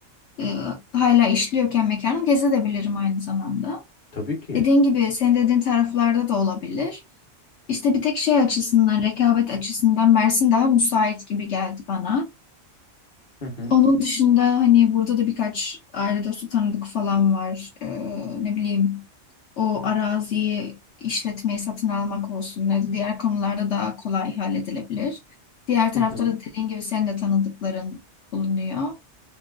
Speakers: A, on the left (about 70°); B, on the left (about 40°).
A: e, hala işliyorken mekanım gezebilirim aynı zamanda.
B: Tabii ki.
A: Dediğin gibi senin dediğin taraflarda da olabilir. İşte bir tek şey açısından, rekabet açısından Mersin daha müsait gibi geldi bana.
B: Hı hı.
A: Onun dışında hani burada da birkaç aile dostu tanıdık falan var. Ee, ne bileyim o araziyi işletmeyi satın almak olsun. ne- Diğer konularda daha kolay halledilebilir. Diğer tarafta
B: Hı hı.
A: da dediğin gibi senin de tanıdıkların bulunuyor.